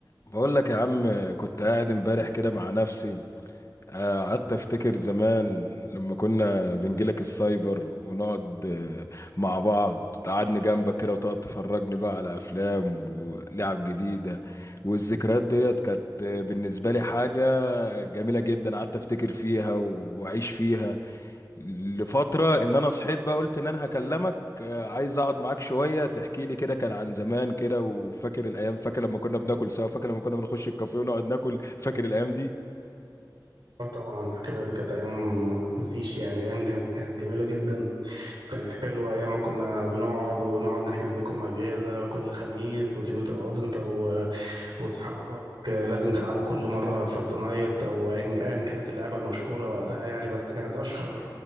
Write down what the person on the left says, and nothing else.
بقول لك يا عم كنت قاعد امبارح كده مع نفسي آه، قعدت افتكر زمان لما كنا بنجيلك السايبر ونقعد آه، مع بعض قعدني جنبك كده وتقعد تفرجني بقى على افلام ولعب جديدة والذكريات ديت كانت آه، بالنسبة لي حاجة جميلة جدا قعدت افتكر فيها واعيش فيها لفترة ان انا صحيت بقى قلت ان انا هكلمك آه، عايز اقعد معاك شوية تحكي لي كده كان عن زمان كده وفاكر الايام فاكر لما كنا بناكل سوا فاكر لما كنا بنخش الكافيه ونقعد ناكل فاكر الايام دي